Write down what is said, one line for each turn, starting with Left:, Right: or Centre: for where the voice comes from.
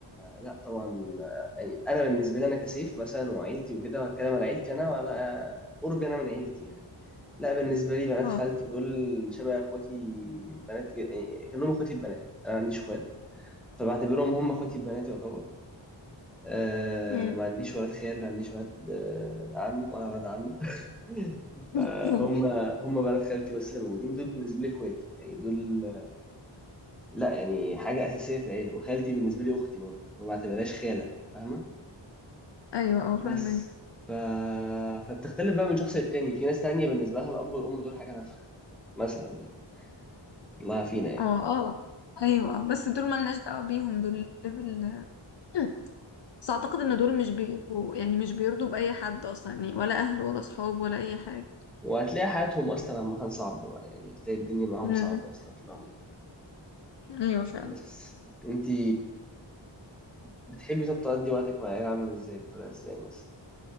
Centre: لا طبعا آه، يعني انا بالنسبه لي انا كسيف مثلا وعيلتي وكده وهتكلم على عيلتي انا وعلى آه، قربي انا من عيلتي يعني لا بالنسبه لي بنات
Left: اه
Centre: خالتي دول شبه اخواتي بنات ج- يعني كانهم اخواتي البنات انا ما عنديش اخوات فبعتبرهم هم اخواتي البنات يعتبر أه
Left: أمم.
Centre: ما عنديش ولاد خال لا عنديش ولاد آه، عم ولا ولاد عم <laughs> فهم
Left: <laughs>
Centre: هم بنات خالتي بس اللي موجودين دول بالنسبه لي اخواتي يعني دول لا يعني حاجة أساسية في العيلة وخالتي بالنسبة لي أختي برضه ما بعتبرهاش خالة فاهمة
Left: ايوه اه
Centre: بس
Left: فاهمك
Centre: ف... فبتختلف بقى من شخص للتاني في ناس تانية بالنسبة لها الأب والأم دول حاجة نفخ مثلا يعني الله فينا يعني
Left: اه اه ايوه اه بس دول ملناش دعوة بيهم دول ليفل <clears throat> بس اعتقد ان دول مش بيبقوا يعني مش بيرضوا باي حد اصلا يعني ولا اهل ولا اصحاب ولا اي حاجة
Centre: وهتلاقي حياتهم أصلا عامة صعبة بقى يعني هتلاقي الدنيا معاهم
Left: مم.
Centre: صعبة أصلا في العموم
Left: ايوه فعلا
Centre: بس انتي بتحبي طب تقضي وقتك مع العيلة عاملة ازاي بطريقة ازاي مثلا